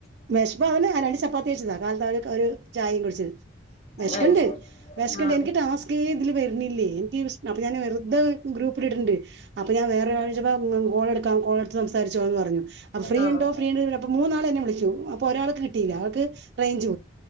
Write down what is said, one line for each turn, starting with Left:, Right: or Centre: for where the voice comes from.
Right: വിശപ്പ് ആവൂല രണ്ട് ചപ്പാത്തി കഴിച്ചതാ കാലത്ത് ഒരു ചായയും കുടിച്ചത് വിശക്കണ്ട്
Left: അത് ശരി
Right: വിശക്കണ്ട്
Left: ആഹ്
Right: എനിക്ക് ടാസ്‌കെ. ഇതിൽ വരണില്ലേ എനിക്ക് അപ്പൊ ഞാൻ വെറുതെ ഗ്രൂപ്പിലിടുന്നുണ്ട്, അപ്പൊ ഞാൻ വേറെ ഒരാളോട് ചോയിച്ചപ്പോ ആ. കാൾ എടുക്കാൻ. സംസാരിച്ചു ഒന്ന് അറിഞ്ഞോ ഫ്രീ
Left: ആഹ് ആഹ്
Right: ഉണ്ടോ ഫ്രീ ഉണ്ടോ അപ്പൊ മൂന്നാൾ എന്നെ വിളിച്ചു അപ്പോ ഒരാൾക്ക് കിട്ടയില്ല അവൾക് റേഞ്ച്. റേഞ്ച്